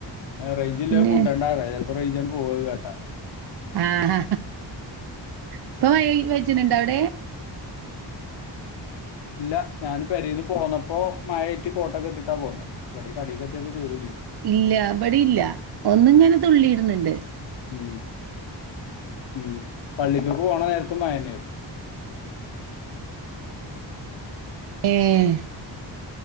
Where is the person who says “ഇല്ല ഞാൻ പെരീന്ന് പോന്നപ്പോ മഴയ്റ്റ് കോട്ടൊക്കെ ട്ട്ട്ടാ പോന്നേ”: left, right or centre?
Left